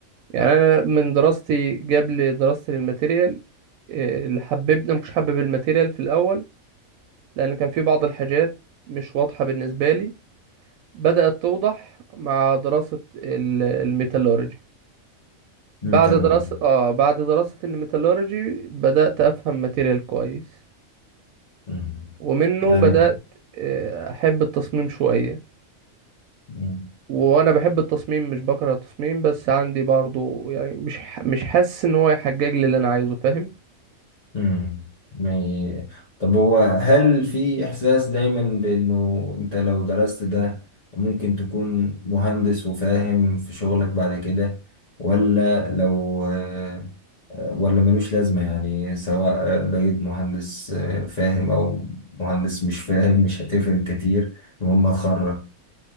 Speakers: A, on the right (about 85°); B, on the left (about 35°).
A: يعني أنا من دراستي قبل دراستي للماتيريال آه، اللي حببنا مش حابب الماتيريال في الأول لأن كان في بعض الحاجات مش واضحة بالنسبة لي بدأت توضح مع دراسة ال- الميتالورجي بعد
B: ميتالورجي
A: دراسة اه بعد دراسة الميتالورجي بدأت أفهم ماتيريال كويس
B: مم.
A: ومنه
B: يعني
A: بدأت آه، أحب التصميم شوية
B: مم.
A: وأنا بحب التصميم مش بكره التصميم بس عندي برضو يعني مش ح- مش حاسس إن هو يحجج لي اللي أنا عايزه فاهم
B: امم ما ي- طب هو هل في إحساس دايما بإنه أنت لو درست ده ممكن تكون مهندس وفاهم في شغلك بعد كده ولا لو آه، ولا ملوش لازمة يعني سواء بقيت مهندس آه، فاهم أو مهندس مش فاهم مش هتفرق كتير المهم هتخرج